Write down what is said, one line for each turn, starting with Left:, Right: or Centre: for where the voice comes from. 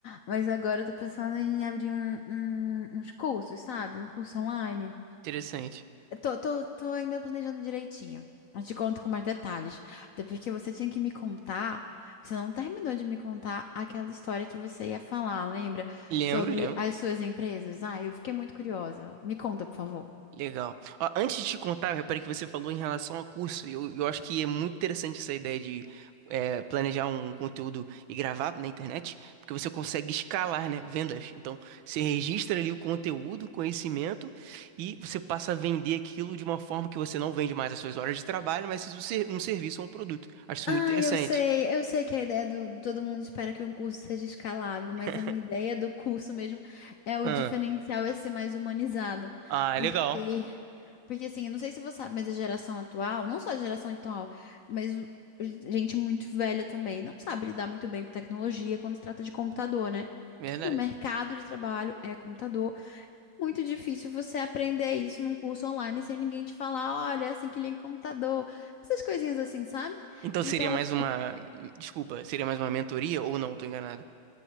Left: mas agora eu tô pensando em abrir um, um- uns cursos, sabe? Um curso online.
Right: Interessante.
Left: Tô, tô, tô ainda planejando direitinho. Eu te conto com mais detalhes. Até porque você tinha que me contar. Você não terminou de me contar aquela história que você ia falar, lembra?
Right: Lembro,
Left: Sobre
Right: lembro.
Left: as suas empresas. Ah, eu fiquei muito curiosa. Me conta, por favor.
Right: Legal. Ó, antes de te contar, eu reparei que você falou em relação a curso. e Eu, eu acho que é muito interessante essa ideia de é, planejar um conteúdo e gravar na internet, porque você consegue escalar, né? Vendas. Então, você registra ali o conteúdo, o conhecimento, e você passa a vender aquilo de uma forma que você não vende mais as suas horas de trabalho, mas isso ser um serviço ou um produto. Acho isso muito
Left: Ah,
Right: interessante.
Left: eu sei, eu sei que a ideia do todo mundo espera que um curso seja escalável,
Right: <laughs>
Left: mas a minha ideia do curso mesmo é o
Right: Ah,
Left: diferencial é ser mais humanizado.
Right: ah,
Left: Porque,
Right: legal.
Left: porque assim, eu não sei se você sabe, mas a geração atual, não só a geração atual, mas o- gente muito velha também, não sabe lidar muito bem com tecnologia quando se trata de computador, né?
Right: Verdade.
Left: E o mercado de trabalho é computador. Muito difícil você aprender isso num curso online sem ninguém te falar, olha, é assim que liga o computador, essas coisinhas assim, sabe?
Right: Então
Left: Então,
Right: seria mais uma. Desculpa, seria mais uma mentoria ou não? Tô enganado.